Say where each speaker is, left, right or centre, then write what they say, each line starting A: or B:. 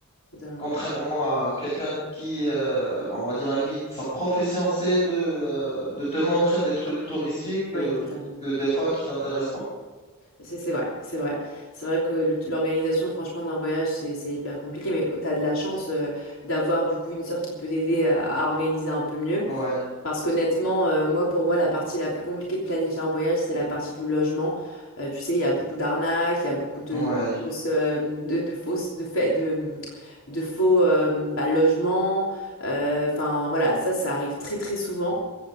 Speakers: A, on the left; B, on the left.
A: totalement.
B: contrairement à quelqu'un qui, euh, bon, on va dire un guide, sa profession, c'est de, euh, de te montrer des trucs touristiques
A: Oui,
B: euh,
A: totalement.
B: que des fois qui t'intéressent pas.
A: C'est c'est vrai, c'est vrai. C'est vrai que le- l'organisation, franchement, d'un voyage, c'est c'est hyper compliqué, mais tu as de la chance euh, d'avoir du coup une sœur qui peut t'aider à à organiser un peu mieux.
B: Ouais,
A: Parce qu'honnêtement, euh, moi, pour moi, la partie la plus compliquée de planifier un voyage, c'est la partie du logement. Euh, tu sais, il y a beaucoup d'arnaques, il y a beaucoup de,
B: ouais,
A: de fausses, euh, de, de fausses, de faits de, de faux euh, bah, logements. Euh, Enfin, voilà, ça, ça arrive très, très souvent.